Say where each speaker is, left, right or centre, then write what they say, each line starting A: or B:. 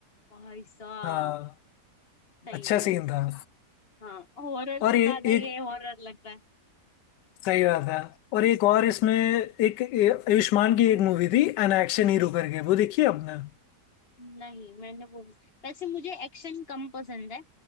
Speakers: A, on the left (about 35°); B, on the left (about 85°).
A: भाई साहब
B: हाँ
A: सही
B: अच्छा
A: में
B: सीन था
A: हाँ हॉरर
B: और
A: से
B: ये
A: ज्यादा ये
B: एक
A: हॉरर लगता है
B: सही बात है और एक और इसमें एक ए- आयुष्मान की एक मूवी थी एन एक्शन हीरो करके वो देखी है आपने
A: नहीं मैंने वो वैसे मुझे एक्शन कम पसंद है